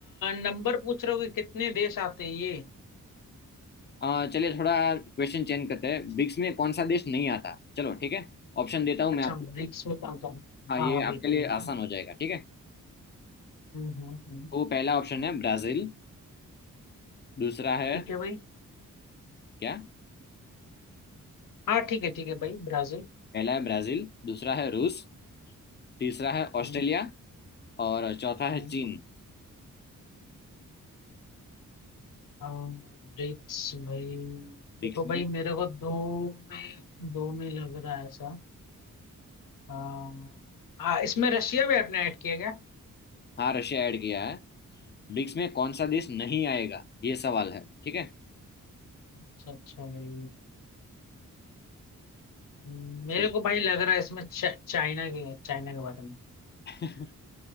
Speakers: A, on the left (about 65°); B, on the left (about 30°).
A: नंबर पूछ रहे हो कि कितने देश आते हैं ये
B: अ, चलिए थोड़ा क्वेश्चन चेंज करते हैं ब्रिक्स में कौन सा देश नहीं आता चलो ठीक है ऑप्शन देता हूँ
A: अच्छा
B: मैं आपको
A: ब्रिक्स में कौन कौन
B: हाँ
A: हाँ
B: ये
A: हाँ बिल्कुल
B: आपके लिए
A: बिल्कुल
B: आसान हो जाएगा ठीक है
A: हम्म हम्म हम्म
B: तो पहला ऑप्शन है ब्राजील दूसरा है
A: ठीक है भाई
B: क्या
A: हाँ ठीक है ठीक है भाई ब्राजील
B: पहला है ब्राजील दूसरा है रूस तीसरा है
A: हम्म
B: ऑस्ट्रेलिया और चौथा है
A: हम्म
B: चीन
A: अ, ब्रिक्स भाई
B: ब्रिक्स
A: देखो भाई
B: में
A: मेरे को दो में
B: हाँ
A: दो में लग रहा है ऐसा हाँ हाँ, इसमें रशिया भी आपने ऐड किया क्या
B: हाँ रशिया ऐड किया है ब्रिक्स में कौन सा देश नहीं आएगा ये सवाल है ठीक है
A: अच्छा अच्छा भाई मेरे
B: So-
A: को भाई लग रहा है इसमें चा, चाइना के चाइना के बारे में
B: <laughs>